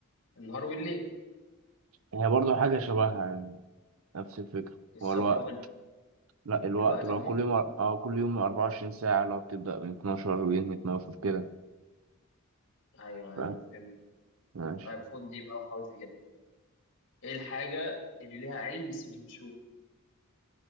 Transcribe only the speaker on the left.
النهار والليل
الصبح
والوقت
عموما
ايوه
ايوه فهمت
طيب خد دي بقى وحاول تجيبها ايه الحاجة اللي ليها عين بس مش بتشوف